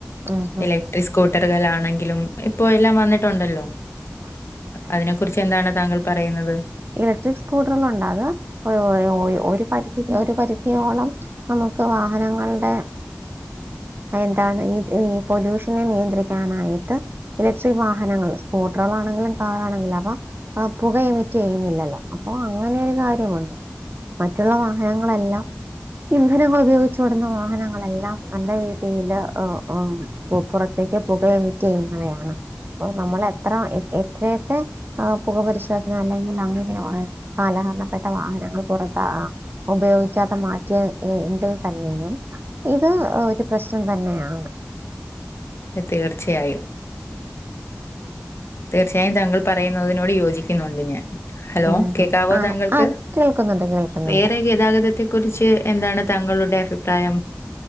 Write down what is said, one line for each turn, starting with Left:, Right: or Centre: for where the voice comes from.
Right: ഉം ഉം
Left: ഇലെ ഇസ്കൂട്ടറ്കളാണെങ്കിലും ഇപ്പാെ എല്ലാം വന്നിട്ടുണ്ടല്ലോ
Right: അ <unintelligible>
Left: അതിനെ കുറിച്ച് എന്താണ് താങ്കൾ പറയ്ന്നത്
Right: ഇലക്ട്രിക് സ്കൂട്ടറ്കളുണ്ടാക ഒ ഒ ഒ ഒര് പരിധി ഒര് പരിധിയോളം നമുക്ക് വാഹനങ്ങൾടെ എന്താണ് ഈ ഈ പൊലൂഷനെ നിയന്ത്രിക്കാനായിട്ട് ഇലക്ട്രിക് വാഹനങ്ങള് സ്കൂട്ടറ്കളാണെങ്കിലും കാറാണെങ്കിലും അപ്പൊ അ പുകയും റ്റെയ്യ്ന്നില്ലല്ലോ അപ്പൊ അങ്ങനെയൊര് കാര്യമുണ്ട് മറ്റുള്ള വാഹനങ്ങളെല്ലാം ഇന്ധനങ്ങൾ ഉപയോഗിച്ചാേടുന്ന വാഹനങ്ങളെല്ലാം നല്ല രീ തിയില് ആഹ് ആഹ് പു പുറത്തേക്ക് പുകയാെമിറ്റെയ്യുന്നവയാണ് അപ്പം നമ്മളെത്ര എത്രെയെക്കെ ആ പുക പരിശോ അല്ലെങ്കിൽ അങ്ങനെ കാലഹരണപ്പെട്ട വാഹനങ്ങൾ പുറത്താ ഉപയോഗിക്കാതെ മാറ്റിയ എ എങ്കിൽ തന്നെയും ഇത് ഒരു പ്രശ്നം തന്നെയാണ്
Left: ത് തീർച്ചയായും തീർച്ചയായും താങ്കൾ പറയുന്നതിനോട് യോജിക്കുന്നുണ്ട് ഞാൻ ഹലോ
Right: ഉം.
Left: കേക്കാവോ
Right: ആ
Left: താങ്കൾക്ക്
Right: ആ കേൾക്കുന്നുണ്ട് കേൾക്കുന്നുണ്ട്
Left: വറെ ഗതാഗതത്തി കുറിച്ച് എന്താണ് താങ്ങളുടെ അഭിപ്രായം